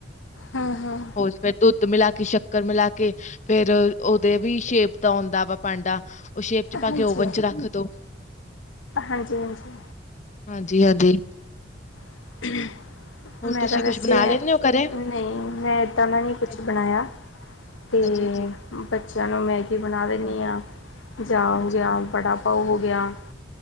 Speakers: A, on the left; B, on the left.
A: ਹਾਂ ਹਾਂ
B: ਹੋਰ ਫੇਰ ਦੁੱਧ ਮਿਲਾ ਕੇ ਕਿ ਸ਼ੱਕਰ ਮਿਲਾ ਕੇ ਫੇਰ ਉਹਦੇ ਵੀ, ਸ਼ੇਪ ਤਾਂ ਔਂਦਾ ਵਾ। ਭਾਂਡਾ ਉਹ ਸ਼ੇਪ'ਚ ਪਾ
A: ਹਾਂਜੀ
B: ਕੇ ਓਵਨ ਚ ਰੱਖ ਦੋ।
A: ਹਾਂਜੀ ਹਾਂਜੀ
B: ਹਾਂਜੀ, ਹਾਂਜੀ।
A: <unintelligible>
B: ਹੋਰ
A: ਮੈਂ
B: ਤੁਸੀਂ
A: ਤਾਂ ਵੈਸੇ,
B: ਕੁਛ ਬਣਾ ਲੈਂਦੇ ਹੋ ਘਰੇ
A: ਨਹੀਂ ਮੈਂ ਇਦਾਂ ਦਾ ਨੀ
B: ਹਾਂਜੀ
A: ਕੁਛ ਬਣਾਇਆ। ਤੇ,
B: ਹਾਂਜੀ
A: ਬੱਚਿਆਂ ਨੂੰ ਮੈਗੀ ਬਣਾ ਦਿੰਦੀ
B: ਹਾਂਜੀ
A: ਹਾਂ। ਜਾਾ ਹੋ ਗਿਆ,
B: ਅੱਛਾ
A: ਵੜਾ ਪਊ ਹੋ ਗਿਆ।